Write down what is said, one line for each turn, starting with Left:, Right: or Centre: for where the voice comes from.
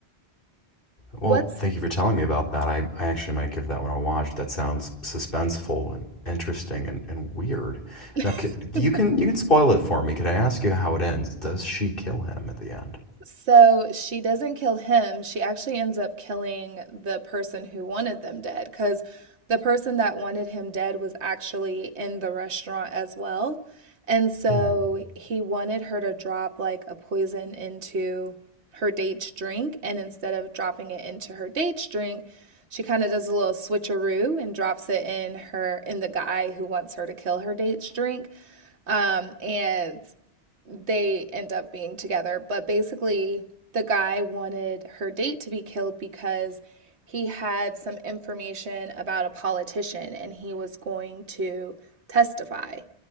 Left: Well,
Right: What's
Left: thank you for telling me about that. I, I actually might give that one a watch. That sounds suspenseful and interesting and, and weird.
Right: <laughs>
Left: Now, c- you can you can spoil it for me. Could I ask you how it ends? Does she kill him at the end?
Right: So she doesn't kill him. She actually ends up killing the person who wanted them dead because the person that wanted him dead was actually in the restaurant as well. And so
Left: Hmm.
Right: he wanted her to drop like a poison into her date's drink. And instead of dropping it into her date's drink, she kind of does a little switcheroo and drops it in her in the guy who wants her to kill her date's drink. Um, and they end up being together. But basically, the guy wanted her date to be killed because he had some information about a politician and he was going to testify.